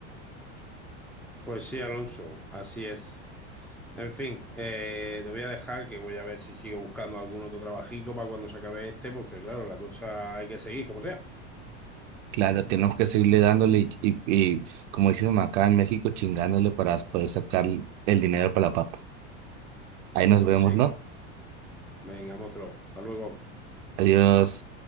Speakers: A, in the centre; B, on the right.
A: pues sí, Alonso, así es. En fin, eh, te voy a dejar que voy a ver si sigo buscando algún otro trabajico para cuando se acabe este, porque claro, la cosa hay que seguir, como sea.
B: Claro, tenemos que seguirle dándole y, y, y, como dicen acá en México, chingándole para poder sacar el dinero para la papa. Ahí nos
A: Pues
B: vemos,
A: sí,
B: ¿no?
A: venga, monstruo, hasta luego.
B: Adiós.